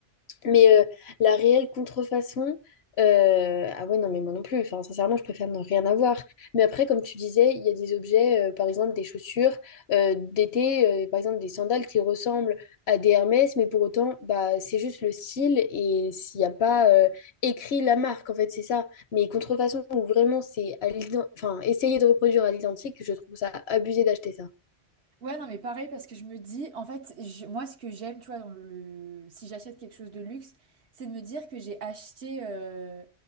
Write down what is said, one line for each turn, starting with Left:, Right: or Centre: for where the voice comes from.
Left: Mais euh, la réelle contrefaçon, euh, ah ouais, non, mais moi non plus. Enfin, sincèrement, je préfère ne rien avoir. Mais après, comme tu disais, il y a des objets, euh, par exemple des chaussures euh, d'été, euh, par exemple des sandales qui ressemblent à des Hermès, mais pour autant, bah, c'est juste le style et s'il n'y a pas euh, écrit la marque, en fait, c'est ça. Mais contrefaçon, où vraiment, c'est à l'ident- enfin, essayer de reproduire à l'identique, je trouve ça abusé d'acheter ça.
Right: Ouais, non, mais pareil, parce que je me dis, en fait, je- moi, ce que j'aime, tu vois, dans le... si j'achète quelque chose de luxe, c'est de me dire que j'ai acheté euh,